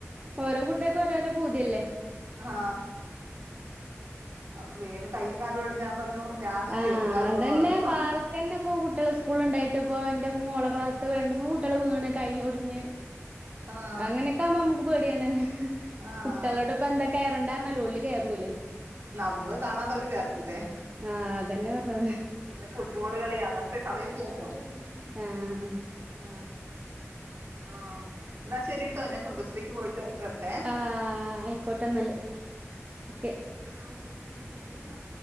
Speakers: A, on the right (about 30°); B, on the right (about 60°).
A: ഓരോ കുട്യോക്കും ഓരോരോ പൂതിയല്ലേ
B: ആ അപ്പൊ വീണ് കയ്യും കാലു ഒടിഞാൻ പറഞ്ഞു ഞാനൊന്നും
A: ആ
B: ചെയ്യത്തില്ലാത്തോന്ന്
A: അതന്നേ
B: പറഞ്ഞപ്പോ
A: പാർക്കന്നേ ഇപ്പ കുട്യള് സ്കൂളി ലൊണ്ടെ ട്ടിപ്പോ ന്റെ മോളടെ ക്ലാസില് രണ്ട് മൂന്ന് കുട്ടികള് വീണ് കൈയൊടിഞ്ഞ്
B: ആഹ്
A: അങ്ങനൊക്കെ ആവുമ്പോമ്മക്ക് പേടിയാണ്
B: ആഹ്
A: കുട്ട്യളോട് പ്പ എന്താകേറണ്ട ന്നാലും ഓല് കേറൂല്ലേ
B: നമ്മള് കാണാതവര് കേറത്തില്ലേ
A: ആഹ് അതന്നെ പറഞ്ഞത്
B: പിന്നെ ഫുട്ബോൾ കളിയ അങ്ങൻത്തെ കളിയൊക്കെയായിർക്കും ഉം
A: ആഹ്
B: ആ ന്നാശരിട്ടോ ഞാൻ കുടുംബശ്രീക്ക് പോയിട്ട് വരട്ടെ
A: ആ ആയിക്കോട്ടെന്നല് ഒക്കെ
B: ആ <unintelligible> അത്